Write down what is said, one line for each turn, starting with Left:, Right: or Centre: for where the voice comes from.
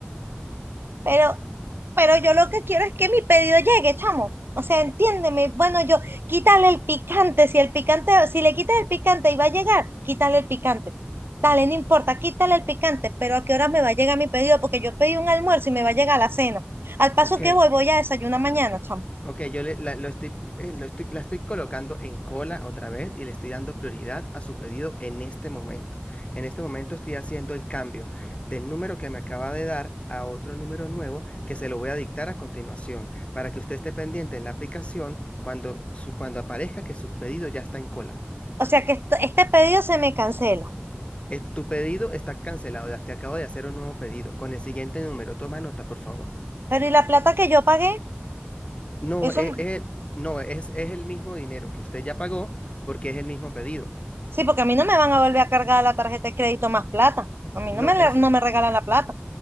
Right: pero pero yo lo que quiero es que mi pedido llegue, chamo. O sea, entiéndeme. Bueno, yo quítale el picante. Si el picante, si le quitas el picante y va a llegar, quítale el picante. Dale, no importa, quítale el picante, pero ¿a qué hora me va a llegar mi pedido? Porque yo pedí un almuerzo y me va a llegar la cena. Al paso
Left: Ok,
Right: que voy, voy a desayunar mañana, chamo.
Left: Ok, yo le- la, lo estoy, eh, lo estoy- la estoy colocando en cola otra vez y le estoy dando prioridad a su pedido en este momento. En este momento estoy haciendo el cambio del número que me acaba de dar a otro número nuevo que se lo voy a dictar a continuación para que usted esté pendiente en la aplicación cuando, su- cuando aparezca que su pedido ya está en cola.
Right: O sea que esto- este pedido se me cancela.
Left: Eh, tu pedido está cancelado, ya te acabo de hacer un nuevo pedido con el siguiente número. Toma nota, por favor.
Right: Pero ¿y la plata que yo pagué?
Left: No,
Right: Eso,
Left: es,
Right: m-
Left: es el- no, es, es el mismo dinero que usted ya pagó porque es el mismo pedido.
Right: sí, porque a mí no me van a volver a cargar la tarjeta de crédito más plata. A mí
Left: No,
Right: no me, le-
Left: es,
Right: no me regalan la plata.